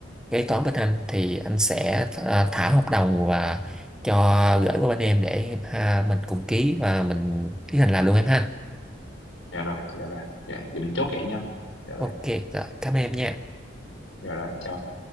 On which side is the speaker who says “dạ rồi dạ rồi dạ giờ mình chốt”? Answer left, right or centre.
Left